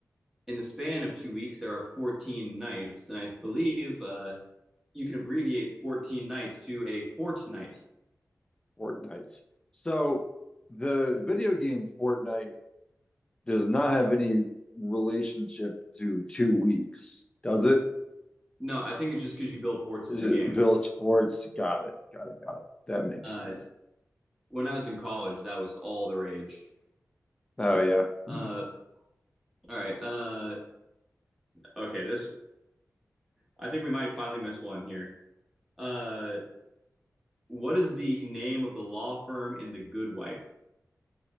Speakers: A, in the centre; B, on the left.
A: In the span of two weeks, there are 14 nights, and I believe uh, you can abbreviate 14 nights to a fortnight.
B: Fortnite. So the video game Fortnite does not have any relationship to two weeks, does it?
A: No, I think it's just because you build forts
B: Uh,
A: in the game.
B: Bill Sports. Got it. Got it. Got it. That makes
A: Uh,
B: sense.
A: when I was in college, that was all the rage.
B: Oh, yeah.
A: Uh,
B: Hmm.
A: all right. Uh, okay, this I think we might finally miss one here. Uh, what is the name of the law firm in The Good Wife?